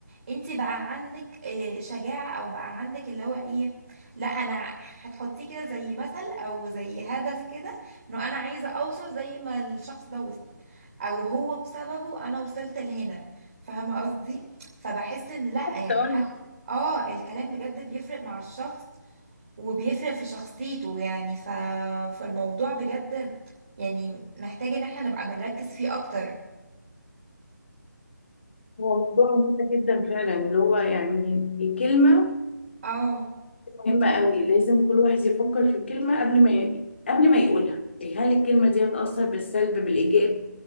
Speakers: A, on the right; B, on the left.
A: انت بقى عندك آه، شجاعة او بقى عندك اللي هو ايه لا انا هتحطيه كده زي مثل او زي هدف كده انه انا عايزة اوصل زي ما الشخص ده وصل او هو بسببه انا وصلت لهنا فاهمة قصدي فبحس ان لا يعني
B: تقول
A: حتى اه الكلام بجد بيفرق مع الشخص وبيفرق في شخصيته يعني ف... فالموضوع بجد يعني محتاج ان احنا نبقى بنركز فيه اكتر
B: هو موضوع مهم جدا فعلا اللي هو يعني الكلمة
A: اه
B: مهمة قوي لازم كل واحد يفكر في الكلمة قبل ما ي... قبل ما يقولها هل الكلمة دي هتأثر بالسلب بالإيجاب